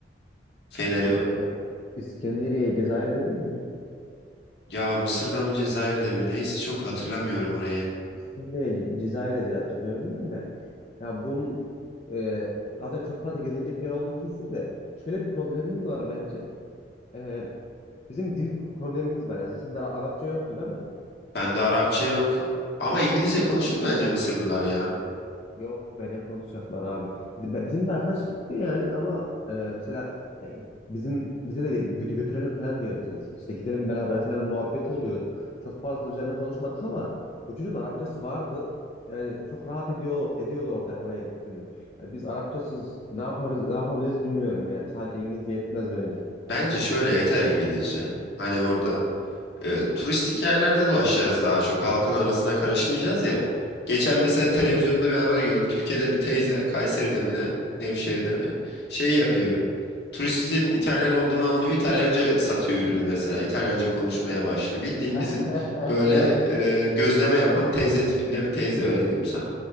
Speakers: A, on the left; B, on the left.
A: Feneri
B: yok ya İskenderiye Cezayir'de değil mi? ya?
A: ya Mısır'da mı Cezayir'de mi neyse çok hatırlamıyorum orayı.
B: İskenderiye Cezayir'de diye hatırlıyorum ben de. Ya bunun e, zaten çok fazla gezilecek yer olduğu kesin de şöyle bir problemimiz var bence. Ee, bizim dil problemimiz var yani. Sende Ara- Arapça yoktu değil mi?
A: Bende Arapça yok ama İngilizce konuşur bence Mısırlılar ya.
B: Yok be ne konuşacaklar abi. Biz- be- Bizim bir arkadaş gitti yani ama e, mesela e, bizim bize de götü- götürelim falan diyordu. İşte gidelim beraber falan muhabbeti oluyordu. Çok fazla üzerine konuşmadık ama o çocuğun Arapçası vardı. Yani çok rahat ediyor ediyordu orada oraya gitti mi. Yani biz Arapçasız ne yaparız ne yapabiliriz bilmiyorum yani. Sadece İngilizce yetmez bence.
A: Bence şöyle yeter İngilizce. Hani orada e, turistik yerlerde dolaşacağız daha çok halkın arasına karışmayacağız ya. Geçen mesela televizyonda bir haber gördüm. Türkiye'de bir teyze Kayseri'de mi ne Nevşehir'de mi şey yapıyor. Turistin İtalyan olduğunu anlıyor. İtalyanca satıyor ürünü mesela. İtalyanca konuşmaya başlıyor. Bildiğin
B: <laughs>
A: bizim böyle e, gözleme yapan teyze tipinde bir teyze öyle diyeyim sana.